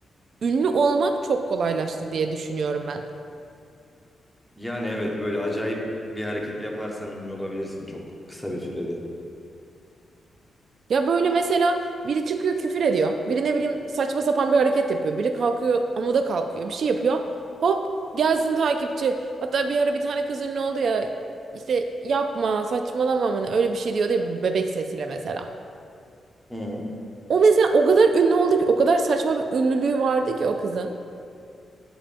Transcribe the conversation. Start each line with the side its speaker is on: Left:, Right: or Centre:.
Right: ünlü olmak çok kolaylaştı diye düşünüyorum ben.
Centre: Yani evet böyle acayip bir hareket yaparsan ünlü olabilirsin çok kısa bir sürede.
Right: Ya böyle mesela biri çıkıyor küfür ediyor. Biri ne bileyim saçma sapan bir hareket yapıyor. Biri kalkıyor amuda kalkıyor. Bir şey yapıyor. Hop gelsin takipçi. Hatta bir ara bir tane kız ünlü oldu ya. İşte yapma saçmalama mı ne, öyle bir şey diyordu ya bir bebek sesiyle mesela.
Centre: Hı.
Right: O mesela o kadar ünlü oldu ki o kadar saçma bir ünlülüğü vardı ki o kızın.